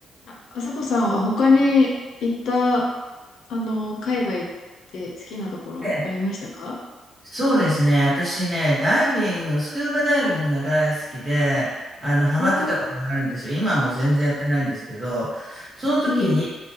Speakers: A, on the left; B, on the right.
A: あ、あさこさんは他に行った、あの、海外って好きなところありましたか
B: ええそうですね。私ね、ダイビング、スクーバダイビングが大好きで、あの、ハマってた頃があるんですよ。
A: おー、か
B: 今はもう全然やってないんですけど、その時に、
A: っこいい。